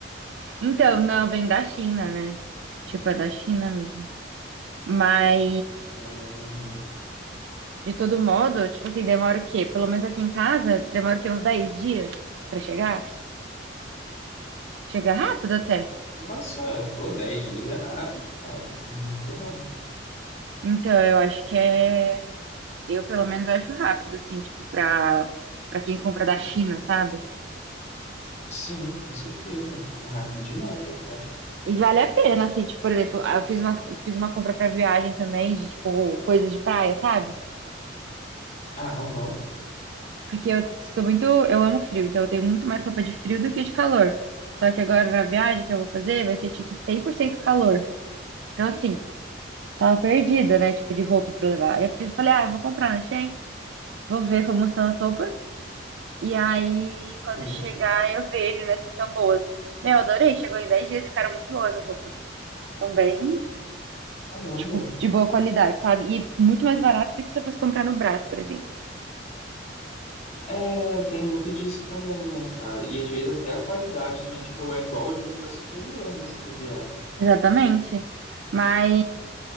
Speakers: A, on the right; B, on the left.
A: Então, não, vem da China, né? Tipo, é da China mesmo. Mas,
B: Hum,
A: de todo modo, tipo assim, demora o quê? Pelo menos aqui em casa, demora o quê? Uns 10 dias pra chegar? Chega rápido até.
B: nossa, pô, 10 dias é rápido, cara. Muito rápido.
A: Então, eu acho que é. Eu, pelo menos, acho rápido, assim, tipo, pra, pra quem compra da China, sabe?
B: Sim, com certeza. É rápido demais até.
A: E vale a pena, assim, tipo, por exemplo, eu fiz uma, fiz uma compra pra viagem também, de, tipo, coisa de praia, sabe?
B: Ah, aham.
A: Porque eu sou muito, eu amo frio, então eu tenho muito mais roupa de frio do que de calor. Só que agora na viagem que eu vou fazer vai ser, tipo, 100% calor. Então, assim, tava perdida, né, tipo, de roupa pra levar. Eu fiz- falei, ah, eu vou comprar na Shein, vou ver como são as roupas. E aí, quando
B: Sim,
A: chegar, eu vejo, né, se são boas. Meu, adorei, chegou em 10 dias, ficaram muito boas as roupas. São bem,
B: caramba.
A: tipo, de boa qualidade, sabe? E muito mais barato do que se eu fosse comprar no Brás, por exemplo.
B: É, tem muito disso também, né, cara? E às vezes até a qualidade também, tipo, é igual, às vezes até superior, né, se bobear.
A: Exatamente. Mas,